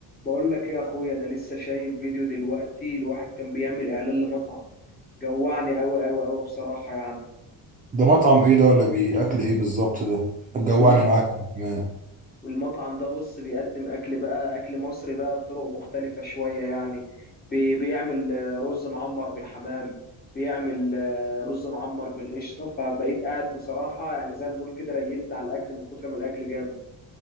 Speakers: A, on the left; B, on the right.
A: بقول لك ايه يا اخويا انا لسه شايف فيديو دلوقتي لواحد كان بيعمل اعلان لمطعم جوعني قوي قوي قوي بصراحة يعني
B: ده مطعم ايه ده ولا بيأكل ايه بالظبط ده هتجوعني
A: المط...
B: معاك يا عم.
A: المطعم ده بص بيقدم اكل بقى اكل مصري بقى بطرق مختلفة شوية يعني بي... بيعمل آه، رز معمر بالحمام بيعمل آه، رز معمر بالقشطة فبقيت قاعد بصراحة يعني زي ما بنقول كده ريلت على الاكل من كتر ما الاكل جامد